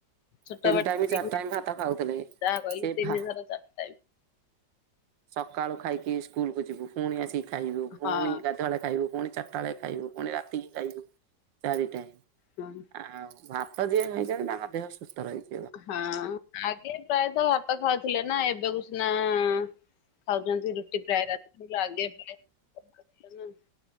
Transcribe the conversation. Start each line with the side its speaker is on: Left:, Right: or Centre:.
Left: ଛୋଟ
Right: ତିନି
Left: ବେଳେ
Right: ଟାଇମ ଚାରି
Left: ଯାହା
Right: ଟାଇମ ଭାତ ଖାଉଥିଲେ
Left: କହିଲୁ
Right: ସେ
Left: ତିନିଥର
Right: ଭା
Left: ଚାରିଥର।
Right: ସକାଳୁ ଖାଇକି ସ୍କୁଲକୁ ଯିବୁ ପୁଣି ଆସିକି ଖାଇବୁ ପୁଣି
Left: ହଁ
Right: ଗା ଧୁଆ ବେଳେ ଖାଇବୁ ପୁଣି ଚାରିଟା ବେଳେ ଖାଇବୁ ପୁଣି ରାତିକି ଖାଇବୁ ଚାରି ଟାଇମ୍।
Left: ହଁ।
Right: ଆଉ ଭାତ ଯିଏ ଖାଇଚନ୍ତି ତାହା ଦେହ ସୁସ୍ଥ ରହିଚି।
Left: ହଁ ଆଗେ ପ୍ରାୟତଃ ଭାତ ଖାଉଥିଲେ ନା ଏବେକୁ ସିନା ଖାଉଚନ୍ତି ରୁଟି ପ୍ରାୟ ରାତିରେ ଆଗେ <unintelligible>